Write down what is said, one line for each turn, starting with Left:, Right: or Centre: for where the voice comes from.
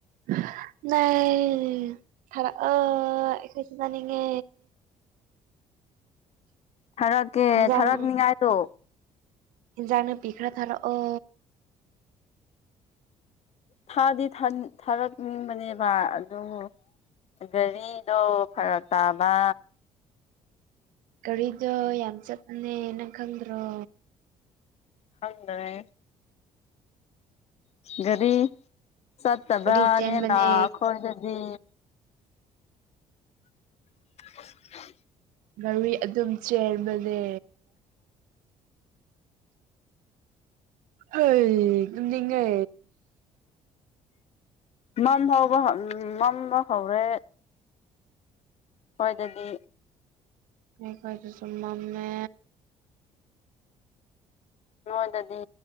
Right: <unintelligible> ꯊꯥꯔꯛꯑꯣ ꯑꯩꯈꯣꯏꯁꯨ ꯆꯥꯅꯤꯉꯦ
Left: ꯊꯥꯔꯛꯀꯦ
Right: ꯏꯟꯖꯥꯡ
Left: ꯊꯥꯔꯛꯅꯤꯡꯉꯥꯏꯗꯣ
Right: ꯏꯟꯖꯥꯡ ꯅꯥꯄꯤ ꯈꯔ ꯊꯥꯔꯛꯑꯣ
Left: ꯊꯥꯗꯤ ꯊꯥ ꯊꯥꯔꯛꯅꯤꯡꯕꯅꯦꯕ ꯑꯗꯨꯕꯨ ꯒꯥꯔꯤꯗꯣ ꯐꯔꯛ ꯇꯥꯕ
Right: ꯒꯥꯔꯤꯗꯨ ꯌꯥꯝ ꯆꯠꯄꯅꯦ ꯅꯪꯪ ꯈꯪꯗ꯭ꯔꯣ
Left: ꯈꯪꯗ꯭ꯔꯦ ꯒꯥꯔꯤ ꯆꯠꯇꯕꯅꯦꯅ
Right: ꯒꯥꯔꯤ ꯆꯦꯟꯕꯅꯦ
Left: ꯈꯣꯏꯗꯗꯤ <inaudible>
Right: ꯒꯔꯤ ꯑꯗꯨꯝ ꯆꯦꯟꯕꯅꯦ ꯍꯩ ꯇꯨꯝꯅꯤꯡꯉꯦ
Left: ꯉꯝꯍꯧꯕ ꯎ ꯃꯝꯕ ꯍꯧꯔꯦ ꯑꯩꯈꯣꯏꯗꯗꯤ
Right: ꯑꯩꯈꯣꯏꯗꯁꯨ ꯃꯝꯃꯦ
Left: ꯅꯣꯏꯗꯗꯤ